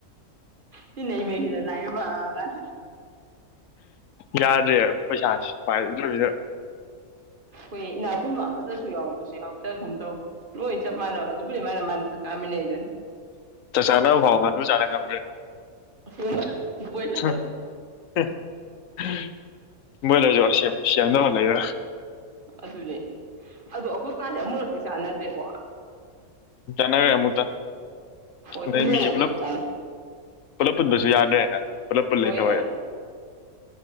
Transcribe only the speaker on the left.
ꯌꯥꯗ꯭ꯔꯦ ꯄꯩꯁꯥ ꯄꯥꯏꯗꯕꯤꯗ
ꯆꯥꯅꯐꯥꯎ ꯉꯥꯅꯨ ꯆꯥꯅ ꯉꯝꯗ꯭ꯔꯦ
ꯍ ꯍ ꯍ ꯕꯣꯢꯂꯔꯖꯨ ꯑꯁꯦꯝꯕ ꯁꯦꯝꯗꯕ ꯂꯩꯔꯒ
ꯅꯋꯦ ꯑꯃꯨꯛꯇ
ꯑꯗꯩ
ꯃꯤꯁꯨ ꯄꯨꯂꯞ
ꯄꯨꯂꯞ ꯄꯨꯟꯕꯁꯨ ꯌꯥꯗ꯭ꯕꯅ ꯄꯨꯂꯞ ꯄꯨꯜꯂꯦ
ꯇ